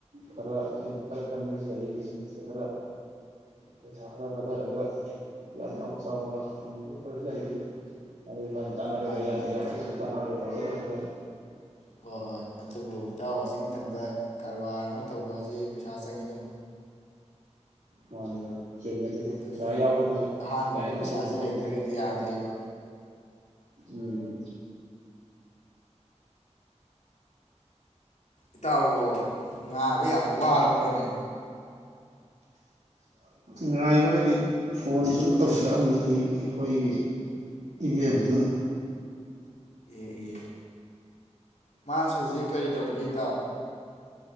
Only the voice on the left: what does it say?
ꯃꯥꯅꯤ
ꯃꯥꯅꯤ ꯏꯇꯥꯎ
ꯍꯣꯏ ꯍꯣꯏ ꯑꯗꯨꯕꯨ ꯏꯇꯥꯎ ꯍꯧꯖꯤꯛ ꯃꯇꯝꯗ ꯀꯔꯕꯥꯔ ꯑꯃ ꯇꯧꯕꯁꯤ ꯄꯩꯁꯥ ꯆꯪꯉꯤꯗꯣ
ꯑꯗꯨꯒꯤ
ꯑꯍꯥꯟꯕꯒꯤ
ꯄꯩꯁꯥꯁꯦ
ꯂꯩꯇ꯭ꯔꯒꯗꯤ ꯌꯥꯗꯦꯕ
ꯏꯇꯥꯎꯕꯨ ꯉꯥꯏꯕ ꯌꯥꯝꯅ ꯋꯥꯔꯕ꯭ꯔꯅꯦ
ꯑꯦ ꯑꯦ ꯃꯥꯁꯨ ꯍꯧꯖꯤꯛ ꯀꯔꯤ ꯇꯧꯔꯤꯒꯦ ꯏ ꯇꯥꯎ